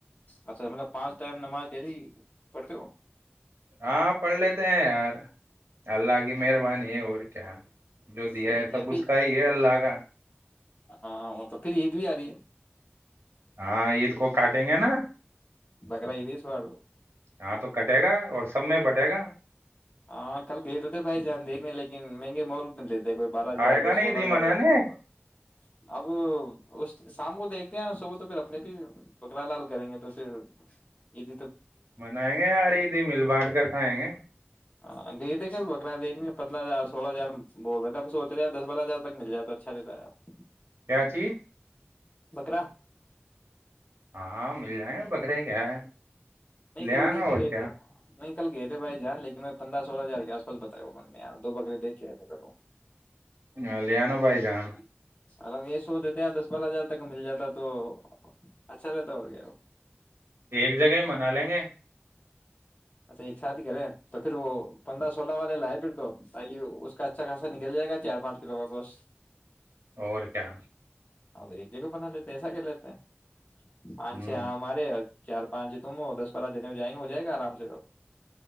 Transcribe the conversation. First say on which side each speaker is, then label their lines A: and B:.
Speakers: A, on the left (about 30°); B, on the right (about 70°).
A: اچھا مطلب پانچ ٹائم نماز ڈیلی پڑتی ہو
B: ہاں پڑھ لیتے ہیں یار اللہ کی مہربانی ہے اور کیا جو دیا
A: صحیح
B: ہے سب
A: کہہ
B: اس
A: رہی
B: کا ہی ہے اللہ کا
A: ہاں وہ تو پھر عید بھی آ رہ ہے
B: ہاں عید کو کاٹیں گے نا
A: بکرائی دیس والڑ دو
B: ہاں تو کٹے گا اور سب میں بٹے گا
A: ہاں کل گئے تو تھے بھائی جان دیکھنے لگ کے میںے مول بند کوئی بارہ ہزار
B: آئے گا
A: کوئی
B: نا
A: سولہ
B: عید ہی
A: ہزار
B: منانے
A: کا ب ہوگ اب اس شام کو دیکھتے ہیں نا صبح تو پھر اپنے بھی بکرا لال کریں گے تو پھر عید
B: منائیں گے یار عید مل بانٹ کر کھائیں گے
A: ہاں گئے تھے کل بکرا دیکھ پندرہ ہزار سولہ ہزار بول رہے تھ ہم سوچ رہے دس بارہ ہزار تک مل جائے تو اچھا رہتا ہےب
B: کیا تھی
A: بکرا
B: ہاں مل جائیں بکرے کیا ہے
A: نہیں
B: لے
A: کل
B: آنا
A: دیکھنے
B: اور
A: گئے
B: کیا
A: تھے نہیں کل گئے تھے بھائی جان ل کے وں پندرہ سولہ ہزار کے آس پا بتایا انہوں نے دو بکرے دیکےئے تھے کوں
B: ہاں لیانا بائی جان
A: آر یہ سو دیتے ہیں دس بارہ ہزار تک مل جاتا تو اچھا رہتا اور کیا
B: ایک جگہ منا لیں گے
A: اچھا ایک ساتھ ہی کرے تو پھر وہ پندرہ سولہ والے لائے پھر تو تاک اس کا اچھا خاصا نکل جائے گا چار پانچ کلو کا گوشت
B: اور کیا
A: ا ایک جگہ پر نہ لیتے ایسا کہ لیتے ہیں پانچ
B: ہوں
A: ہاں مارے چار پانچ تم دس بارہ جنے ہو جائیں گے ہو جائے گا آرام سے